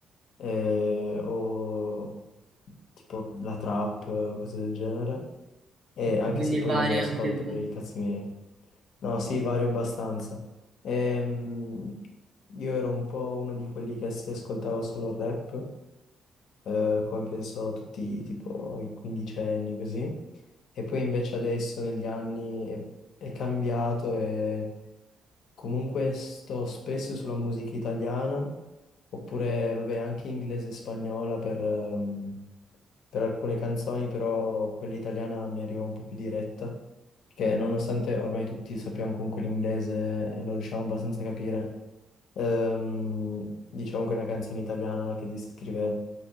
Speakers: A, on the left; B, on the right.
A: eh, o tipo la trap, cose del genere. E
B: Ok,
A: anche
B: Quindi
A: se poi
B: vari
A: non me l'ascolto
B: anche tu.
A: per i cazzi miei. No, sì, vario abbastanza. Ehm, io ero un po' uno di quelli che si ascoltava solo il rap, eh, come penso tutti, tipo i quindicenni, così. E poi invece adesso negli anni è, è cambiato e Comunque sto spesso sulla musica italiana, oppure vabbè anche inglese e spagnola per, ehm, per alcune canzoni, però quella italiana mi arriva un po' più diretta, perché nonostante ormai tutti sappiamo comunque l'inglese e lo riusciamo abbastanza a capire, ehm, diciamo che una canzone italiana che descrive